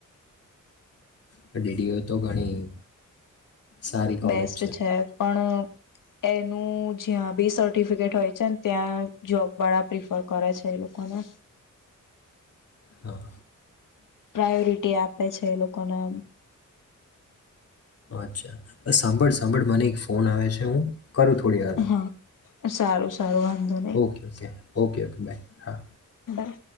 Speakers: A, on the left (about 50°); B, on the left (about 80°).
A: પણ ડેડીિઓ તો ઘણી સારી કોલેજ
B: બેસ્ટ છે પણ એનું જ્યાં બી સર્ટિફિકેટ હોય છે ને ત્યાં જોબ વાળા પ્રિફર કરે છે એ લોકોને
A: હા
B: પ્રાયોરિટી આપે છે એ લોકોને
A: અચ્છા સાંભળ સાંભળ મને એક ફોન આવે છે હું કરું થોડી હાર
B: હા સારું સારું વાંધો હા નહી
A: okay okay okay okay bye હા
B: બાય